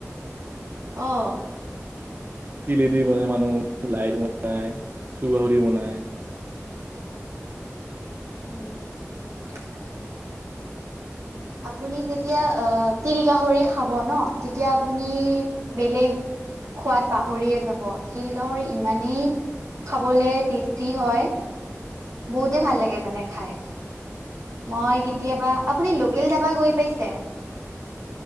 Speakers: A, on the right; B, on the right.
A: অ'।
B: তিলেদি বনাই মানুহ, লাই দি বনায়, কচু গাহৰি বনাই।
A: <inaudible> আপুনি যেতিয়া আ তিল গাহৰি খাব ন তেতিয়া আপুনি বেলেগ খোৱাত পাহৰিয়ে যাব, তিল গাহৰি ইমানেই খাবলে টেষ্টি হয়, বহুতে ভাল লাগে মানে খাই। মই কেতিয়াবা, আপুনি লোকেল ধাবা গৈ পাইছে?